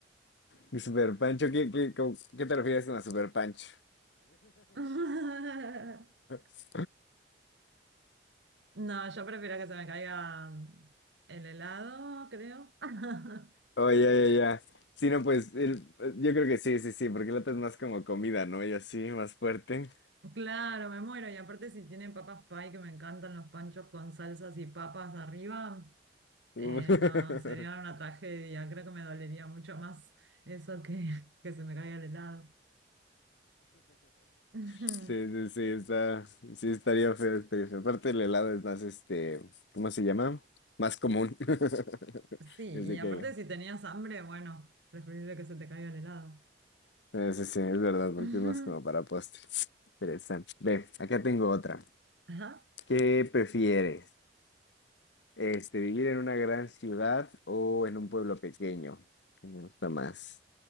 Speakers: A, on the left; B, on the right.
A: Mi super pancho, ¿qué, qué, cómo- qué te refieres con la super pancho?
B: <laughs>
A: <laughs>
B: No, yo prefiero que se me caiga el helado, creo. <laughs>
A: Oh, ya, ya, ya. Sí, no, pues el- yo creo que sí, sí, sí, porque la otra es más como comida, ¿no? Y así, más fuerte.
B: Claro, me muero. Y aparte, si tienen papas pie, que me encantan los panchos con salsas y papas arriba,
A: Uh.
B: eh,
A: <laughs>
B: no, sería una tragedia. Creo que me dolería mucho más eso que, que se me caiga el helado. <laughs>
A: Sí, sí, sí, está, sí, estaría feo, estaría feo. Aparte el helado es más, este, ¿cómo se llama? Más común. <laughs>
B: Sí,
A: Desde
B: y aparte
A: que...
B: si tenías hambre, bueno, preferible que se te caiga el helado.
A: eh, Sí, sí, es verdad, porque
B: <laughs>
A: es más como para postres. Interesante. Ve, acá tengo otra.
B: Ajá.
A: ¿Qué prefieres? Este, ¿vivir en una gran ciudad o en un pueblo pequeño? ¿Qué Me gusta más.